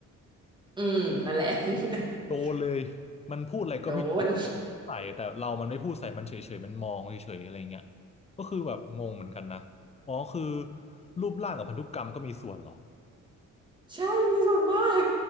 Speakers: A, on the right; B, on the left.
A: อืมนั่นแหละ <laughs>
B: โดนเลย มันพูดอะไรก็ไม่
A: โดน
B: ใส่แต่เรามันไม่พูดใส่มันเฉยๆมันมองเฉยๆอะไรเงี้ยก็คือแบบงงเหมือนกันนะอ๋อคือรูปร่างกับพันธุกรรมก็มีส่วนเหรอ
A: ใช่มีส่วนมาก